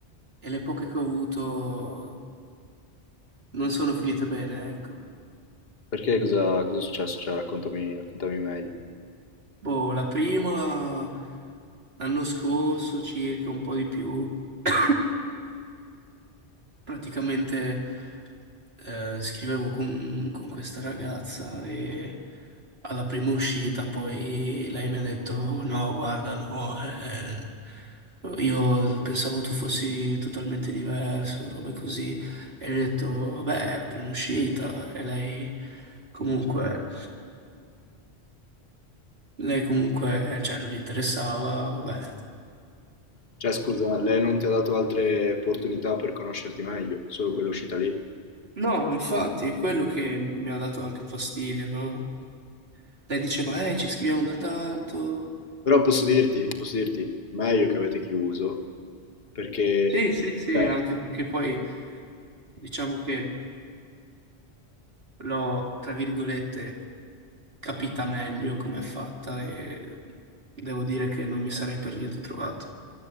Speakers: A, on the right; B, on the left.
A: e le poche che ho avuto non sono finite bene, ecco.
B: Perché cosa, cosa è successo? Cioè, raccontami, raccontami meglio.
A: Boh, la prima l'anno scorso circa, un po' di più. <coughs> praticamente eh, scrivevo con, con questa ragazza e alla prima uscita poi lei mi ha detto no, guarda, no, eh, eh, io pensavo tu fossi totalmente diverso, robe così. E gli ho detto, vabbè, è la prima uscita e lei comunque, lei comunque, cioè, non gli interessava, vabbè.
B: Cioè, scusa, lei non ti ha dato altre opportunità per conoscerti meglio, solo quella uscita lì.
A: No, infatti, è quello che mi ha dato anche fastidio, no? lei diceva, eh, ci scriviamo da tanto.
B: Però posso dirti, posso dirti, meglio che avete chiuso, perché...
A: Sì, sì, sì,
B: eh,
A: anche perché poi diciamo che l'ho, tra virgolette, capita meglio come è fatta e devo dire che non mi sarei per niente trovato.